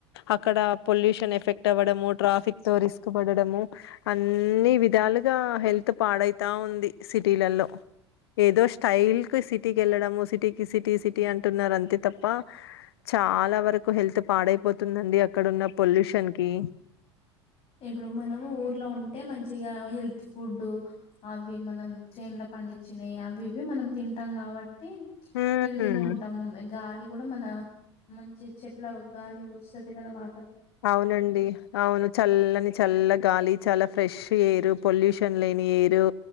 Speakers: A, on the left; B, on the left.
A: అక్కడ పొల్యూషన్ ఎఫెక్ట్ అవ్వడము ట్రాఫిక్ తో రిస్క్ పడడము అన్నీ విధాలుగా హెల్త్ పాడైతా ఉంది సిటీలలో ఏదో స్టైల్కి సిటీకి వెళ్ళడము సిటీకి సిటీ సిటీ అంటున్నారు అంతే తప్ప చాల వరకు హెల్త్ పాడైపోతుందండి అక్కడ పొల్యూషన్కి
B: ఇప్పుడు మనము ఊర్లో ఉంటే మంచిగా హెల్త్ ఫుడ్ అవి మనం చేన్ల పండించినాయి అవి ఇవి మనం తింటాం కాబట్టి అ
A: హ్మ్
B: హెల్తీగా ఉంటాం ఇంకా ఆలి కూడా మన మంచి చెట్ల గాలి వస్తుంది కదా వా
A: అవునండి అవును చల్ చల్ల గాలి చాలా ఫ్రెష్ ఎయిర్ పొల్యూషన్ లేని ఎయిరు